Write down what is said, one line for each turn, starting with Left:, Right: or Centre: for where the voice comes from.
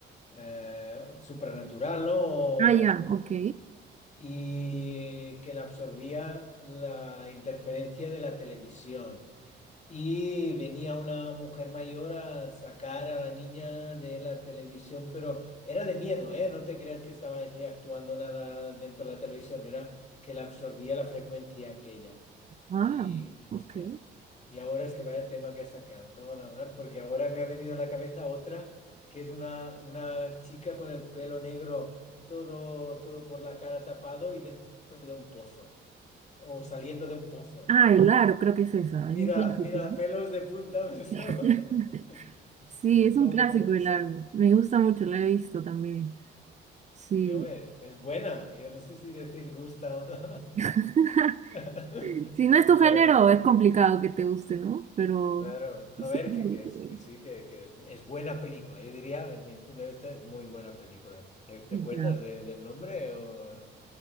Left: Eh, supranatural, ¿no? O-
Right: Ah, ya, ok.
Left: y que la absorbía la interferencia de la televisión. Y venía una mujer mayor a sacar a la niña de la televisión, pero era de miedo, ¿eh? No te creas que estaba así actuando nada dentro de la televisión, era que la absorbía la frecuencia aquella.
Right: Ah,
Left: Y,
Right: ok.
Left: hostia, y ahora es que vaya tema que ha sacado, cago en la mar, porque ahora me ha venido a la cabeza otra, que es una, una chica con el pelo negro, todo, todo por la cara tapado y dentro de un pozo, o saliendo de un pozo.
Right: Ah, el aro, creo que es esa, es
Left: Mira,
Right: un clásico,
Left: mira,
Right: ¿no?
Left: pelos de punta <laughs> me está
Right: <laughs>
Left: poniendo. <laughs> Hostia,
Right: Sí, es
Left: ¿cómo,
Right: un clásico
Left: cómo
Right: el
Left: se-
Right: aro. Me gusta mucho, la he visto también. Sí.
Left: Dígame, es buena. Yo no sé si decir gusta o no.
Right: <laughs>
Left: <laughs>
Right: Si no
Left: Sí,
Right: es tu género,
Left: pero que-
Right: es complicado que te guste, ¿no? Pero
Left: claro, no
Right: sí.
Left: a ver, que, que, es- que sí,
Right: <laughs>
Left: que, que es, es buena película. Yo diría, en mi punto de vista, es muy buena película. ¿Te, te acuerdas
Right: ya.
Left: de- del nombre o no?